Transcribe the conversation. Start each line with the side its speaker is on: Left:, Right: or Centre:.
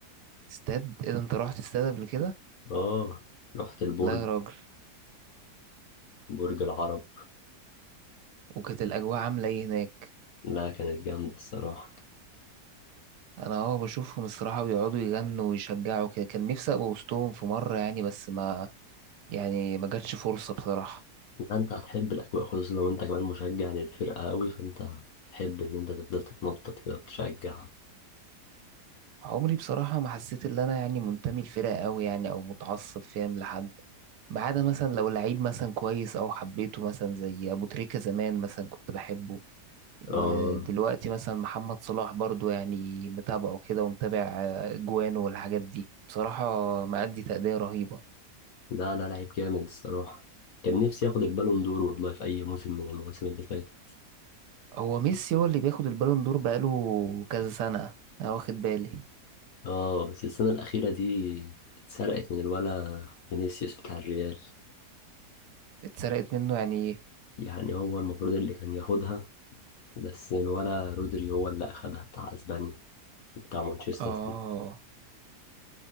Right: استاد ايه ده انت رحت استاد قبل كده
Left: اه رحت البرج
Right: لا يا راجل
Left: برج العرب
Right: وكانت الاجواء عاملة ايه هناك
Left: لا كانت جامدة الصراحة
Right: انا اه بشوفهم الصراحة بيقعدوا يغنوا ويشجعوا كده كان نفسي ابقى وسطهم في مرة يعني بس ما يعني ما جاتش فرصة بصراحة
Left: لا انت هتحب الأجواء خصوصا لو انت كمان مشجع للفرقة قوي فانت هتحب ان انت تفضل تتنطط كده وتشجعها
Right: عمري بصراحة ما حسيت إن أنا يعني منتمي لفرقة أوي يعني أو متعصب فاهم لحد ما عدا مثلا لو لعيب مثلا كويس أو حبيته مثلا زي أبو تريكة زمان مثلا كنت بحبه ودلوقتي
Left: اه
Right: مثلا محمد صلاح برضو يعني متابعه كده ومتابع آه، جوانه والحاجات دي بصراحة مأدي تأدية رهيبة
Left: لا لا لعيب جامد الصراحة كان نفسي ياخد البالون دور والله في أي موسم من المواسم اللي فاتت
Right: هو ميسي هو اللي بياخد البالون دور بقاله كذا سنة أنا واخد بالي
Left: اه بس السنة الأخيرة دي اتسرقت من الولا فينيسيوس بتاع الريال
Right: اتسرقت منه يعني إيه؟
Left: يعني هو المفروض اللي كان ياخدها بس ولا رودري هو اللي أخدها بتاع أسبانيا وبتاع مانشستر
Right: آه
Left: سيتي